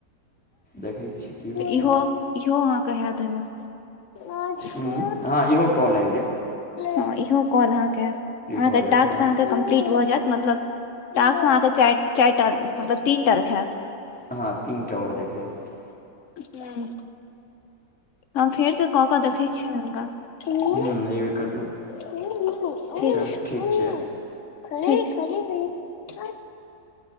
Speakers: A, in the centre; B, on the left (about 60°).
A: देखै छियै की होइ छै
B: इहो इहो अहाँके हैत ओहिम आज
A: हूँ
B: कयौ ने
A: हँ इहो कॉल आइब जैत
B: हँ इहो कॉल अहाँकेँ हयत अहाँके
A: हो जायत
B: टास्क
A: हँ
B: अहाँके कम्प्लीट भऽ जायत मतलब टाकसँ अहाँके चारि चारि टा मतलब तीन टा रखायत
A: हँ तीन टा आओर देखैत
B: ह हम फेर से कऽ कऽ देखैत छियनि हुनका हु
A: हूँ एहिबेर करियौ ने
B: हु हु हु ठिक
A: चलू
B: छै
A: ठीक
B: हु खर ठीक छै खरी नहि